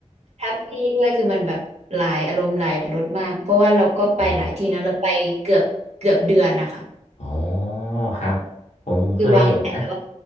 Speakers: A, on the right; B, on the left.
A: แฮปปี้ด้วยคือมันแบบหลายอารมณ์หลายรสมากเพราะว่าเราก็ไปหลายที่นะเราไปเกือบเกือบเดือนนะคะ
B: อืมอ๋อครับผมผมเคยเห็นนะ
A: คือวางแผนไว้ว่า